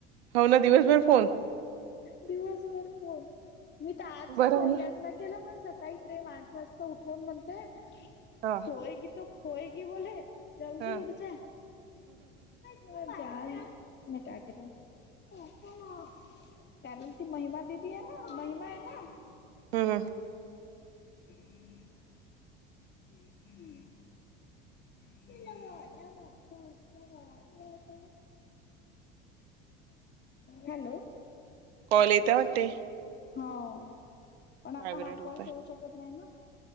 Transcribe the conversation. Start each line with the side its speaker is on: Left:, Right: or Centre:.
Right: हो ना दिवसभर फोन
Left: दिवसभर फोन मी तर आज
Right: बर हो ना
Left: नाही केलं म सकाळी प्रेम आठ वाजता उठवून म्हणतोय
Right: हा
Left: सोयेगी तो खोयेगी बोले की जल्दी
Right: हा
Left: उठ जा जा रही हू मे डाट रही हू <unintelligible> काय म्हणती महिमा दिदी हाय ना महिमा आहे ना
Right: हू हू
Left: <inaudible> <unintelligible> हॅलो
Right: कॉल येत वाटते
Left: हो पण आता
Right: व्हायब्रेट
Left: हा
Right: होतय
Left: कॉल ठेवू शकत नाही ना